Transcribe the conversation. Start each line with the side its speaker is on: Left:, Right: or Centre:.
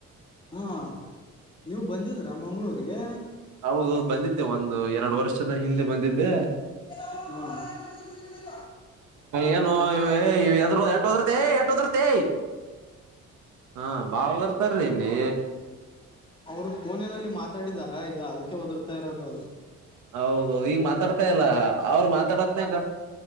Left: ಹಾ ನೀವು ಬಂದಿದ್ರಾ ಮಂಗ್ಗಳೂರಿಗೆ
Right: ಹೌದೌ ಬಂದಿದ್ದೆ ಒಂದು ಎರಡು ವರ್ಷ ವರ್ಷದ ಹಿಂದೆ ಬಂದಿದ್ದೆ
Left: ಹಾ <inaudible>
Right: ಏನು ಎದ್ರೂ ಎಟ ಒದ್ರತೆ ಎಟ ಒದ್ರತೆ ಹಾ ಬಾಳ ಒದರ್ತಾರಿ ಇಲ್ಲಿ
Left: ಅವರು ಪೋನಿನಲ್ಲಿ ಮಾತ್ರ ಮಾತಾಡಿದಾರಾ ಈಗ ಅದಕ್ಕೆ ಒದರ್ತಾ ಇರೋದು
Right: ಹೌದು ಈಗ ಮಾತಾಡ್ತಾ ಇಲ್ಲ ಅವ್ರ ಮಾತಾಡತ್ನಗ